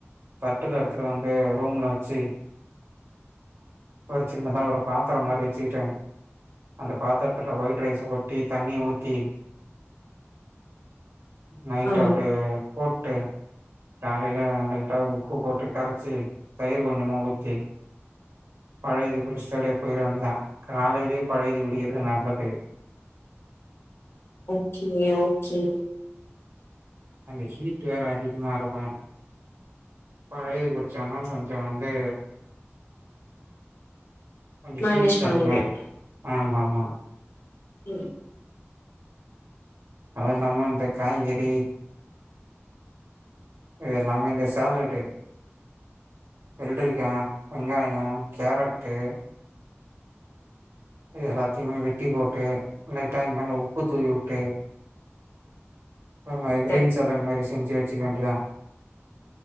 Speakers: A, on the right; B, on the left.
A: தட்டுல எடுத்துட்டு வந்து ரூம்ல வச்சு ஒரு சின்னதா ஒரு பாத்திர மாரி வச்சுக்கிட்டு அந்த பாத்திரத்துல ஒயிட் ரைஸ் கொட்டி தண்ணிய ஊத்தி நைட்
B: ஆ.
A: அப்டியே போட்டு காலைல லைட்டா உப்பு போட்டு கரைச்சு தயிரு கொஞ்சமா ஊத்தி பழையது குடுச்சுட்டு அப்டியே போயிர வேண்டிதா காலைலேயே பழையது குடிக்கிறது நல்லது
B: ஓகே ஓகே
A: அங்க ஹீட் வேற அதிகமா இருக்கு பழையிது குடிச்சோனா கொஞ்சோ வந்து கொஞ்ச
B: மேனேஜ்
A: ஹுட்டு தனியு
B: பண்ண முடியும்.
A: ஆமா ஆமா
B: ம்
A: அது இல்லாம அந்த காய்கறி இது எல்லாமே இந்த சாலடு வெள்ரிக்கா வெங்காயோ கேரட்டு இது எல்லாத்தையுமே வெட்டி போட்டு லைட்டாஇது மேல உப்பு தூவி வுட்டு ஒரு மாரி கிரீன்
B: சரி.
A: சால மாரி சென்ஞ்சு வச்சுக்க வேண்டிதா